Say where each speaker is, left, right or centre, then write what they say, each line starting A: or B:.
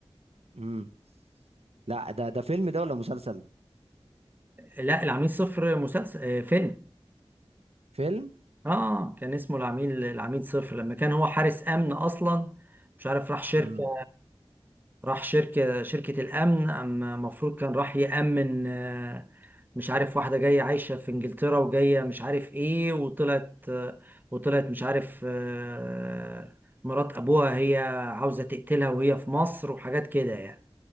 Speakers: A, on the right; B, on the right.
A: امم لا ده ده فيلم ده ولا مسلسل
B: لا العميل صفر مسلسل آه، فيلم
A: فيلم
B: اه كان اسمه العميل العميل صفر لما كان هو حارس امن اصلا مش عارف راح شركه
A: امم
B: راح شركه شركه الامن اما المفروض كان راح يامن آه، مش عارف واحده جايه عايشه في انجلترا وجايه مش عارف ايه وطلعت آه، وطلعت مش عارف آه، مرات ابوها هي عاوزه تقتلها وهي في مصر وحاجات كده يعني